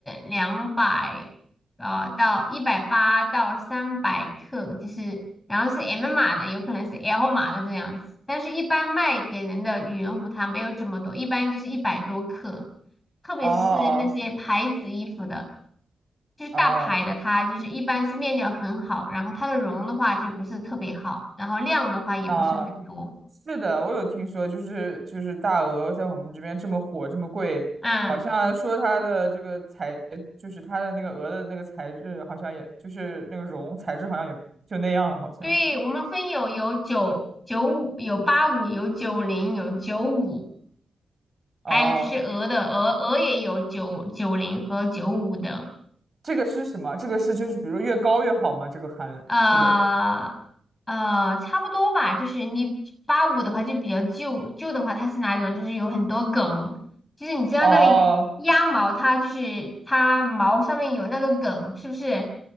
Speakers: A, on the left (about 15°); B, on the right (about 35°).
A: 两百呃，到一百八到三百克，就是然后是 M 码的，有可能是 L 码的这样子。但是，一般卖给人的羽绒服它没有这么多，一般就是一百多克，特别是那些牌子衣服的，
B: 哦
A: 就是大牌的，
B: 哦
A: 它就是一般是面料很好，然后它的绒的话就不是特别好，然后量的话也不是很多。
B: 哦。啊是的，我有听说，就是就是大鹅在我们这边这么火，这么贵，
A: 嗯。
B: 好像说它的这个材，就是它的那个鹅的那个材质，好像也就是那个绒材质，好像也就那样，好像。
A: 对，我们分有有九九五，有八五，有九零，有九五，还有就是鹅的鹅鹅也有九九零和九五的，
B: 哦，这个是什么？这个是就是比如说越高越好吗？这个含这个
A: 呃呃，差不多吧。就是你八五的话就比较旧，旧的话它是哪种？就是有很多梗，就是你知道那个鸭毛，
B: 哦，
A: 它就是它毛上面有那个梗，是不是？